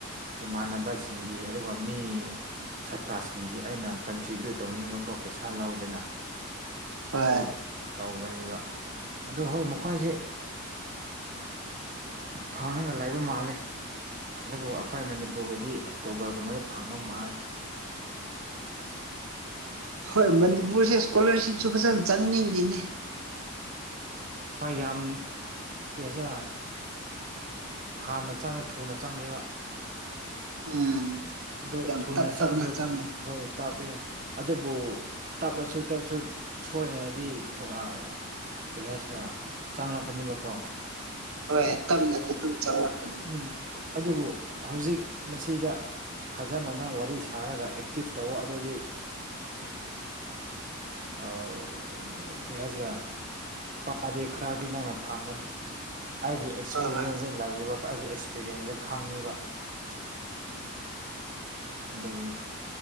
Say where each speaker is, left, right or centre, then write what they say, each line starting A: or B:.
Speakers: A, on the right; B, on the right.
A: ꯏꯃꯥꯟꯅꯕꯁꯤꯡꯒꯤ ꯑꯗꯨꯒ ꯃꯤ ꯁꯥꯇ꯭ꯔꯥꯁꯤꯡꯒꯤ ꯑꯩꯅ ꯀꯟꯇ꯭ꯔꯤꯕ꯭ꯌꯨꯠ ꯇꯧꯅꯤꯡꯕꯀꯣ ꯄꯩꯁꯥ ꯂꯧꯗꯅ
B: ꯍꯣꯏ
A: ꯑꯗꯨ ꯇꯧꯕꯅꯦꯕ ꯑꯗꯨ ꯍꯣꯏ ꯃꯈꯣꯏꯁꯦ ꯐꯪꯉꯒ ꯂ ꯂꯩꯕ ꯃꯥꯜꯂꯦ ꯑꯗꯨꯕꯨ ꯑꯩꯈꯣꯏ ꯃꯅꯤꯄꯨꯔꯒꯤꯗꯤ ꯑꯣꯛꯇꯣꯕꯔꯒꯨꯝꯕꯗ ꯐꯪꯕ ꯃꯥꯥꯏ
B: ꯍꯣꯏ
A: ꯐꯪꯒꯗꯕ
B: ꯃꯅꯤꯄꯨꯔꯁꯦ ꯏꯁꯀꯣꯂꯥꯔꯁꯤꯞꯁꯨ ꯐꯖꯅ ꯆꯪꯅꯤꯡꯗꯅꯤ
A: ꯍꯣꯏ ꯌꯥꯝ ꯀꯦꯁꯥ ꯍꯥꯟꯅ ꯆꯥꯡꯅꯦ ꯊꯨꯅ ꯆꯪꯅꯦꯕ
B: ꯎꯝ
A: ꯑꯗꯣ
B: ꯌꯥꯝ
A: ꯊꯨꯅ
B: ꯇꯞ
A: ꯆꯪꯗ꯭ꯔꯁꯨ
B: ꯇꯞꯅ ꯆꯪꯉꯦ
A: ꯍꯣꯏ ꯇꯞꯏ ꯑꯗꯨꯕꯨ ꯇꯞꯂꯁꯨ ꯇꯞꯁꯨ ꯁꯣꯏꯗꯅꯗꯤ ꯊꯣꯛꯂꯛꯑ ꯀꯔꯤ ꯍꯥꯏꯁꯤꯔ ꯆꯥꯡ ꯂꯥꯛꯀꯅꯤꯕꯀꯣ
B: ꯍꯣꯏ ꯇꯞꯅꯗꯤ ꯑꯗꯨꯝ ꯆꯪꯪꯂꯛꯀꯅꯤ
A: ꯎ ꯑꯗꯨꯕꯨ ꯍꯧꯖꯤꯛ ꯃꯁꯤꯗ ꯐꯖꯅ ꯅꯪ ꯋꯥꯔꯤ ꯁꯥꯔꯒ ꯑꯦꯛꯇꯤꯞ ꯇꯧꯋ ꯑꯗꯨꯗꯤ ꯑꯧ ꯑꯗꯨ ꯀꯔꯤ ꯍꯥꯏꯁꯤꯔꯥ ꯄꯥꯗꯤ ꯈꯔꯗꯤ ꯅꯪꯅ ꯐꯪꯒꯅꯤ ꯑꯩꯒꯤ ꯑꯦꯛꯁꯄꯤꯔꯦꯟꯁꯗ
B: ꯍꯣꯏ ꯍꯣꯏ
A: ꯂꯩꯕ ꯑꯩꯒꯤ ꯑꯦꯛꯁꯄꯤꯔꯦꯟꯁꯇ ꯈꯪꯉꯤꯕ ꯎꯝ ꯎꯝ ꯑꯗꯒꯅꯦ